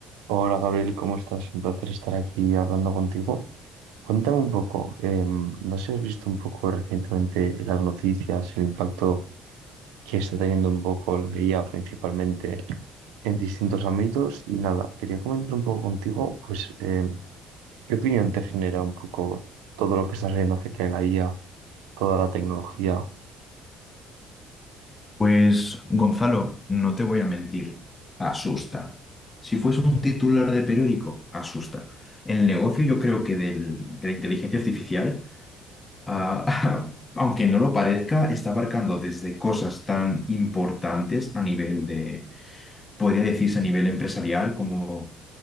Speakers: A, on the right; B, on the left.
A: Hola Gabriel, ¿cómo estás? Un placer estar aquí hablando contigo. Cuéntame un poco, eh, no sé si has visto un poco recientemente en las noticias, el impacto que está teniendo un poco la IA principalmente en distintos ámbitos y nada, quería comentar un poco contigo, pues, eh, ¿qué opinión te genera un poco todo lo que estás viendo acerca de la IA, toda la tecnología?
B: Pues, Gonzalo, no te voy a mentir, asusta. Si fuese un titular de periódico, asusta. El negocio, yo creo que del- de la inteligencia artificial, ah, <laughs> aunque no lo parezca, está abarcando desde cosas tan importantes a nivel de, podría decirse a nivel empresarial, como,